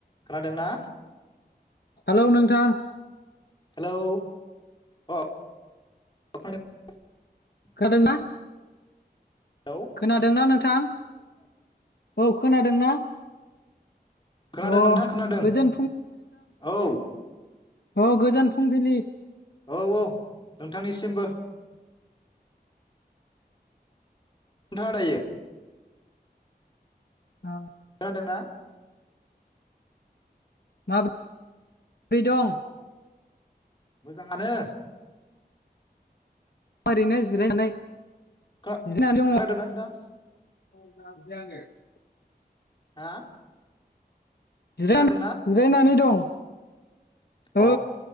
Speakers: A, on the left; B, on the left.
A: खोनादों ना
B: हेलौ नोंथां
A: हेलौ अ <unintelligible>
B: खोनादोंना
A: हेलौ
B: खोनादोंना नोंथां औ खोनादोंना
A: खोनादों
B: अ
A: नोंथां खोनादों
B: गोजोन
A: औ।
B: औ गोजान फुंबिलि
A: औ औ नोंथांनिसिमबो नोंथाङा दायो
B: औ
A: खोनादोंना?
B: माब्रै दं?
A: मोजाङानो
B: ओरैनो जिरायनानै
A: खोना
B: जिरायनानै दङ
A: खोनादोंना नोंथां
B: <unintelligible>
A: हा
B: जिराय
A: खोनादोंना
B: जिरायनानै दं औ
A: अ